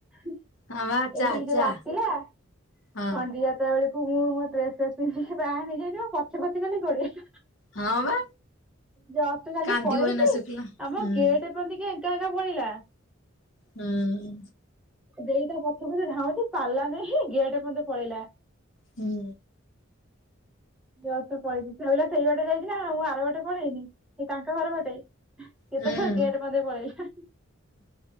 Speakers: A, in the centre; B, on the left (about 70°).
A: ଏଠିକି
B: ହଁ ବା ଚା
A: ଯୋଉ
B: ଚା
A: ଆସିଲା
B: ହଁ
A: ଖଣ୍ଡିଆତ ବେଳେ ମୁଁ ମୋ ଡ୍ରେସ ଫ୍ରେସ ପନ୍ଧି ବାହାରି ଯାଇଥିବ ପଛେ ପଛେ ଖାଲି ଗୋଡେଇବ।
B: ହଁ ବା
A: ଯଷ୍ଟ କାଲି
B: କାନ୍ଦିବ
A: ପଳେଇଛି
B: ଏଇନା ଶୁଖିଲା
A: ଆମ
B: ହୁଁ
A: ବୋଲିକି ଏକା ଏକା ପଳେଇଲା।
B: ହୁଁ
A: ଦେଇ ତା ପଛ ପଛେ ଧାଉଁଛି ପାରିଲାନାହିଁ ଗେଟ ପନ୍ତେ ପଳେଇଲା।
B: ହୁଁ।
A: ଜଷ୍ଟ ପଳେଇଛି ସେ ଭାବିଲା ସେଇ ବାଟେ ଯାଇଛି ନା ମୁଁ ଆର ବାଟେ ପଳେଇନି। ସେ ତାଙ୍କ ଘର ବାଟେ ଇଏ
B: ହୁଁ
A: ତ ଗେଟ ମଧ୍ୟେ ପଳେଇଲା।